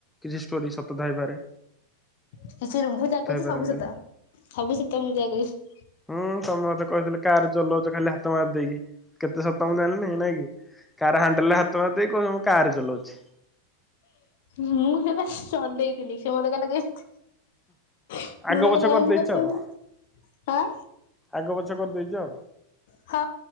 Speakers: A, in the centre; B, on the left (about 55°).
A: କିଛି ଷ୍ଟୋରି ସତ ଥାଇ ପାରେ।
B: ଶେଷରେ ମୁଁ ଯାହା କହୁଚି
A: ପାରନ୍ତି।
B: ସବୁ ସତ ସବୁ ସତ ମୁଁ ଯାହା କହୁଚି।
A: ହୁଁ ତମେ ମତେ କହିଥିଲ କାର ଚଲଉଚ ଖାଲି ହାତ ମାରି ଦେଇକି କେତେ ସତ ମୁଁ ଜାଣିନି ନାଇଁ କି। କାର ହାଣ୍ଡେଲ ରେ ହାତ ମାରି ଦେଇ କି କୋଉଚ ମୁଁ କାର ଚଲଉଚି।
B: ମୁଁ ସେଟା ଚଲେଇ ଥିଲି ସେ ମତେ କହିଲା କି ତୁ
A: ଆଗ
B: ତ କହିଲା
A: ପଛ
B: ଏମିତି
A: କରିଦେଇଚ
B: କରିଚନ୍ତି।
A: ଆଉ
B: ଆଁ
A: ଆଗ ପଛ କରିଦେଇଛ।
B: ହଁ